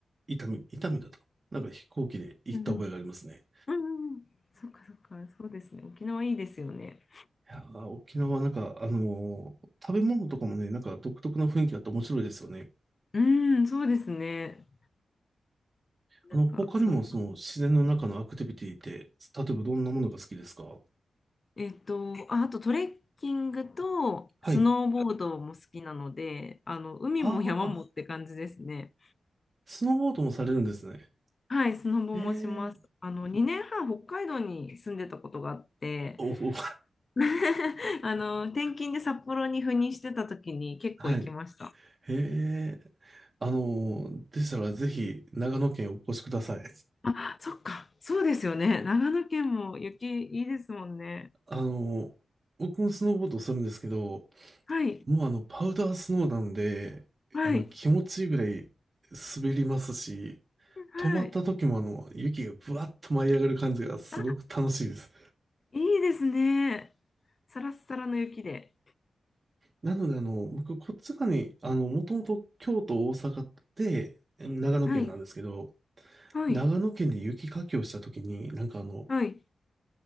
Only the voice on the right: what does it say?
伊丹、伊丹だったかななんか飛行機で行った覚えがありますね。
いやー、沖縄はなんか、あのー食べ物とかもね、なんか独特な雰囲気があって面白いですよね。
あの、他にもその自然の中のアクティビティって、
例えばどんなものが好きですか
はい。
ああ、スノーボードもされるんですね。
へえ。
おお、<laughs>
はい。へえ。あの、でしたらぜひ長野県お越しください。
あの、僕もスノーボードをするんですけど、
もうあの、パウダースノーなんで、
あの、気持ちいいぐらい滑りますし、
止まった時もあの、雪がブワッと舞い上がる感じがすごく楽しいです。
なのであの、僕、こっち側に、あの、もともと京都、大阪って、長野県なんですけど、
長野県で雪かきをしたときに、なんかあの、